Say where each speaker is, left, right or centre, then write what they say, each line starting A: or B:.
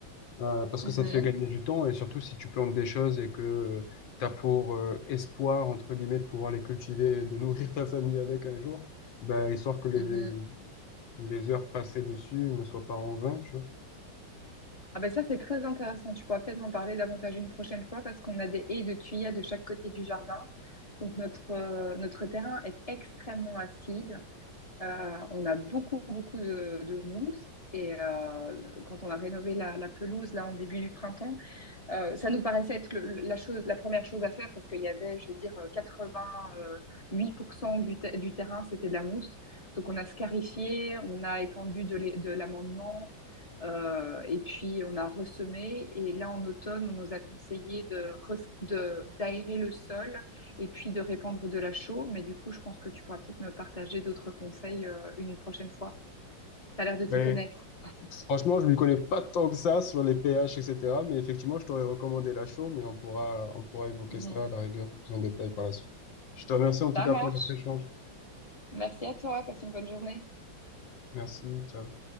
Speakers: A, on the left (about 75°); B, on the left (about 25°).
A: Euh, parce
B: Mhm.
A: que ça te fait gagner du temps et surtout si tu plantes des choses et que tu as pour euh, espoir, entre guillemets, de pouvoir les cultiver et de nourrir ta famille avec un jour, bah, histoire que les,
B: Mhm.
A: les heures passées dessus ne soient pas en vain, tu vois.
B: Ah ben ça, c'est très intéressant. Tu pourras peut-être m'en parler davantage une prochaine fois parce qu'on a des haies de tuyas de chaque côté du jardin. Donc notre, euh, notre terrain est extrêmement acide. Euh, on a beaucoup, beaucoup de, de mousse. Et euh, quand on a rénové la, la pelouse là en début du printemps, euh, ça nous paraissait être le- la chose, la première chose à faire parce qu'il y avait, je vais dire, euh, 88% du, te- du terrain, c'était de la mousse. Donc on a scarifié, on a étendu de l'amendement, euh, et puis on a ressemé. Et là, en automne, on nous a conseillé de, d'aérer le sol et puis de répandre de la chaux. Mais du coup, je pense que tu pourras peut-être me partager d'autres conseils, euh, une prochaine fois. T'as l'air de
A: Ben,
B: t'y connaître.
A: franchement, je ne m'y connais pas tant que ça sur les pH, etc. Mais effectivement, je t'aurais recommandé la chaux, mais on pourra, on pourra évoquer
B: Mhm.
A: cela à la rigueur plus en détail par la suite. Je te remercie en tout
B: Ça
A: cas
B: marche.
A: pour notre échange.
B: Merci à toi. Passe une bonne journée.
A: Merci, ciao.